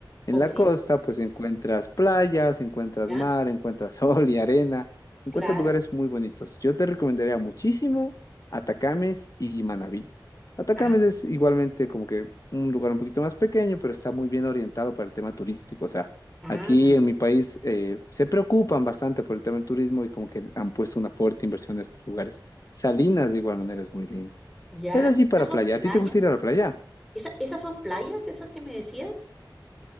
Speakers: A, on the left; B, in the centre.
A: En
B: Ok,
A: la costa, pues encuentras playas, encuentras
B: ya.
A: mar, encuentras <laughs> sol y arena, encuentras
B: Claro.
A: lugares muy bonitos. Yo te recomendaría muchísimo Atacames y Manabí. Atacames
B: Ah,
A: es igualmente como que un lugar un poquito más pequeño, pero está muy bien orientado para el tema turístico. O sea,
B: ah,
A: Aquí en mi país eh, se preocupan bastante por el tema del turismo y como que han puesto una fuerte inversión en estos lugares. Salinas de igual manera es muy linda.
B: ya.
A: Es así para
B: ¿Esas son
A: playa.
B: playas?
A: ¿A ti te gusta ir a la playa?
B: ¿Esa- ¿Esas son playas, esas que me decías?